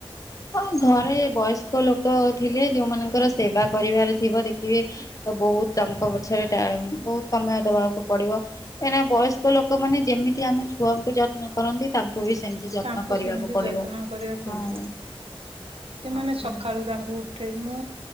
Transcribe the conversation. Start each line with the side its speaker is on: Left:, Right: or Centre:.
Left: ହଁ ଘରେ ବୟସ୍କ ଲୋକ ଥିଲେ ଯୋଉମାନଙ୍କର ସେବା କରିବାର ଥିବ ଦେଖିବେ ତ ବହୁତ ତାଙ୍କ ପଛରେ ଟାଇମ୍ ବହୁତ ସମୟ ଦେବାକୁ ପଡିବ। ଏଇନା ବୟସ୍କ ଲୋକମାନେ ଯେମିତି ଆମେ ଛୁଆଙ୍କୁ ଯତ୍ନ କରନ୍ତି ତାଙ୍କୁ ବି ସେମିତି ଯତ୍ନ
Right: ତାଙ୍କୁ
Left: କରିବାକୁ
Right: ସେମିତି ଯତ୍ନ
Left: ପଡ଼ିବ।
Right: କରିବା କୁ
Left: ହଁ
Right: ପଡୁଛି ସେମାନେ
Left: ଆଉ
Right: ସକାଳୁ
Left: କଣ?
Right: ତାଙ୍କୁ ଉଠେ ମୁଁ